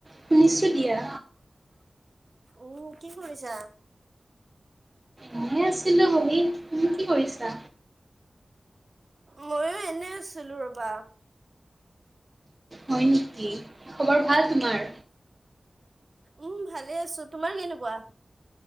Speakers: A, on the right; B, on the right.
A: শুনিছো দিয়া
B: অ কি কৰিছা?
A: এনে আছিলো বহি তুমি কি কৰিছা?
B: ময়ো এনে আছিলো ৰবা
A: হয় নেকি খবৰ ভাল তোমাৰ?
B: উম ভালে আছো তোমাৰ কেনেকুৱা?